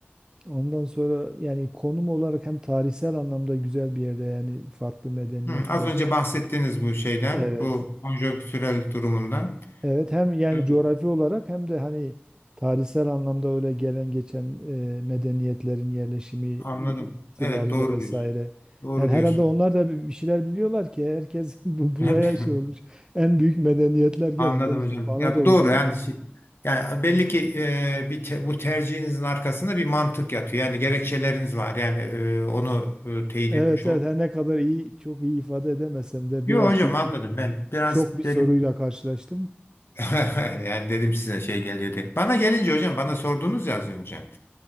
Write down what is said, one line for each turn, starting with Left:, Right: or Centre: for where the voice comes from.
Right: Ondan sonra yani konum olarak hem tarihsel anlamda güzel bir yerde yani farklı medeniyetler.
Left: Hı, az önce bahsettiğiniz bu şeyden,
Right: Evet.
Left: bu konjonktürel durumundan.
Right: Evet hem yani
Left: Evet,
Right: coğrafi olarak hem de hani tarihsel anlamda öyle gelen geçen e, medeniyetlerin yerleşimi i-
Left: Anladım.
Right: itibariyle
Left: Evet, doğru
Right: vesaire.
Left: diyorsun. Doğru
Right: Yani herhalde
Left: diyorsun.
Right: onlar da bir şeyler biliyorlar ki herkes <laughs> bu- buraya
Left: <laughs>
Right: şey olmuş. En büyük medeniyetler genelde
Left: Anladım
Right: işte
Left: hocam.
Right: bu Anadolu'dan.
Left: Ya bu doğru yani şey- yani belli ki e, bir te- bu tercihinizin arkasında bir mantık yatıyor. Yani gerekçeleriniz var. Yani e, onu e, teyit
Right: Evet
Left: etmiş oldum.
Right: evet her ne kadar iyi çok iyi ifade edemesem de
Left: Yok
Right: biraz
Left: hocam
Right: çünkü
Left: anladım ben. Biraz
Right: şok bir soruyla
Left: dedim
Right: karşılaştım.
Left: <laughs> yani dedim size şey geliyor diye. Bana gelince hocam bana sordunuz ya az önce.